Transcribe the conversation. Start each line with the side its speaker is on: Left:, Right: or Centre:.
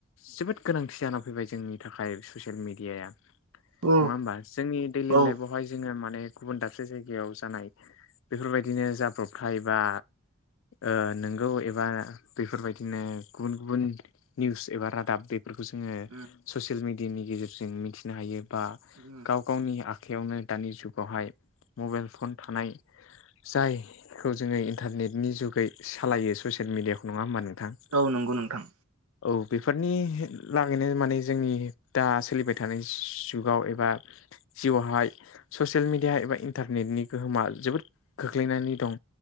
Left: जोबोद गोनांथि जाना फैबाय जोंनि थाखाय ससियेल मिडियाया। नङा
Right: औ
Left: होमबा, जोंनि दैइलि
Right: औ
Left: लाइफावहाय जोङो माने गुबुन दाबसे जायगायाव जानाय बेफोरबायदिनो जाब्रबथाय बा ओ नोंगौ एबा बेफोरबायदिनो गुबुन गुबुन निउस एबा रादाब बेफोरखौ जोङो
Right: उम
Left: ससियेल मिडियानि गेजेरजों मिथिनो हायो बा
Right: उम
Left: गाव गावनि आखाइयावनो दानि जुगावहाय मबाइल फन थानाय जायखौ जोङो इन्टारनेटनि जुगै सालायो ससियेल मिडियाखौ नङा होमबा नोंथां।
Right: औ नंगौ नोंथां।
Left: औ बेफोरनि लागैनो माने जोंनि दा सोलिबाय थानाय जुगाव एबा जिउआवहाय ससियेल मिडिया एबा इन्टारनेटनि गोहोमा जोबोद खोख्लैनानै दं।